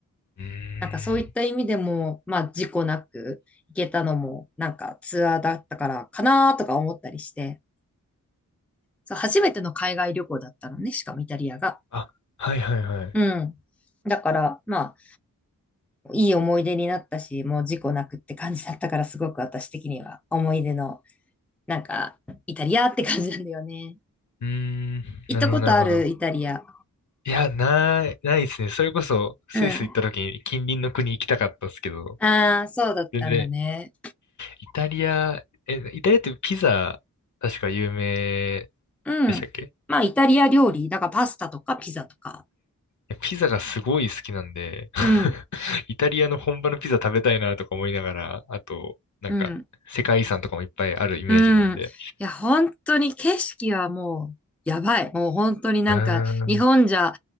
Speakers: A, on the left; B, in the centre.
A: うーん
B: なんかそういった意味でも、まあ事故なく行けたのも、なんかツアーだったからかなとか思ったりして、そう、初めての海外旅行だったのね、しかもイタリアが。
A: あ、はいはいはい。
B: うん。だから、まあ、いい思い出になったし、もう事故なくって感じだったから、すごく私的には思い出の、なんか、イタリアって感じなんだよね。
A: うーん。
B: 行ったことあるイタリア。
A: なるほどなるほど。いや、ない、ないですね。それこそ、スイス行った時に近隣の国行きたかったですけど、
B: うん。ああ、そうだったんだね。
A: 全然、イタリア、え、イタリアってピザ、確か有名
B: うん。
A: でしたっけ
B: まあ、イタリア料理、だからパスタとかピザとか。
A: いやピザがすごい好きなんで、<laughs>
B: うん。
A: イタリアの本場のピザ食べたいなとか思いながら、あと、なんか、
B: うん。
A: 世界遺産とかもいっぱいあるイメージなんで。
B: うん。いや、本当に景色はもう、やばい。もう本当になんか、
A: うーん。
B: 日本じゃ、